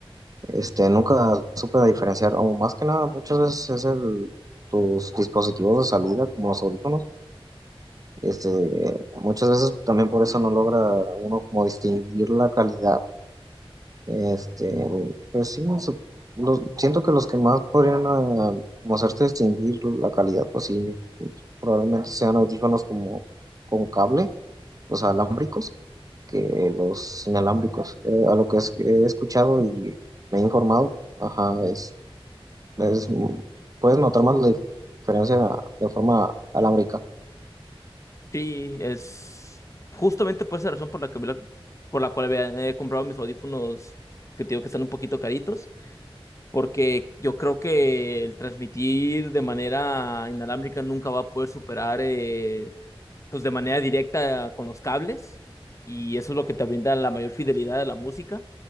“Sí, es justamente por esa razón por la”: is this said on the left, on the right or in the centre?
Left